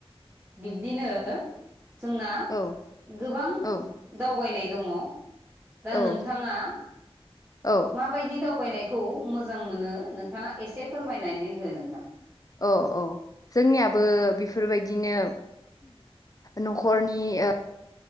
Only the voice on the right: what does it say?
बिब्दिनो जोंना
गोबां
दावबायनाय दङ। दा
नोंथाङा
माबायदि दावबायनायखौ मोजां मोनो नोंथाङा एसे फोरमायनानै हो नोंथां?